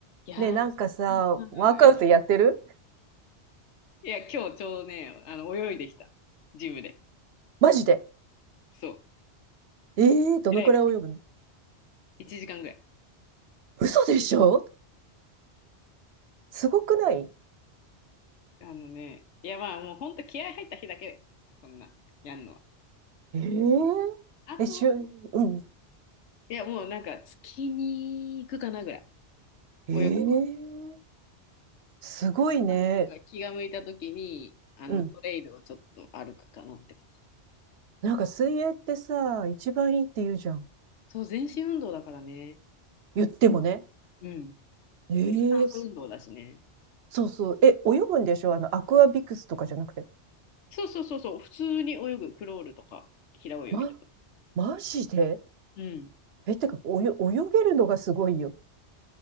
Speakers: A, on the left; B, on the right.
A: いやー、
B: ねえ、
A: なんか最近さ、
B: なんかさ、
A: <laughs>
B: ワークアウトやってる
A: いや、今日ちょうどね、あの、泳いできた。ジムで。
B: マジで。
A: そう。
B: ええー、どのくらい泳ぐの
A: 偉いでしょ。1時間ぐらい。
B: 嘘でしょすごくない
A: あのね、いや、まあ、もうほんと気合入った日だけ、そんな、やんのは。
B: ええー、
A: あとは、
B: え、しゅ、うん。
A: いや、もうなんか、月に行くかなぐらい。
B: ええー、
A: 泳ぐ
B: すごいね。
A: の。なんか、気が向いた時に、あの、
B: うん。
A: トレイルをちょっと歩くかなって感じ。
B: なんか水泳ってさ、一番いいって言うじゃん。
A: そう、全身運動だからね。
B: 言ってもね。
A: うん。
B: ええー、
A: 有酸素運動だしね。
B: そうそう。え、泳ぐんでしょあの、アクアビクスとかじゃなくて。
A: そうそうそうそう、普通に泳ぐ、クロールとか、平泳ぎとか。
B: ま、マジで
A: うん。
B: え、てか、およ、泳げるのがすごいよ。